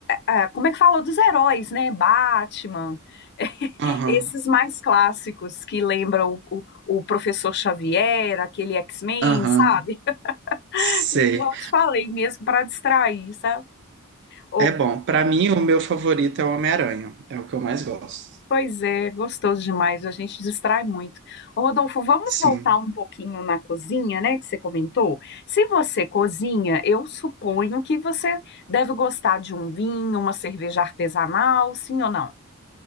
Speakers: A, on the left; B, on the right.
A: é, é, como é que fala? Dos heróis, né? Batman. <laughs>
B: Aham.
A: Esses mais clássicos que lembram o, o, o professor Xavier, aquele X-Men,
B: Aham.
A: sabe? <laughs>
B: Sei.
A: Igual eu te falei mesmo, para distrair, sabe? Ou-
B: É bom. Pra mim, o meu favorito é o Homem-Aranha. É o que eu mais gosto.
A: Pois é, gostoso demais, a gente distrai muito. Ô, Rodolfo, vamos
B: Sim,
A: voltar um pouquinho na cozinha, né, que você comentou? Se você cozinha, eu suponho que você deve gostar de um vinho, uma cerveja artesanal, sim ou não?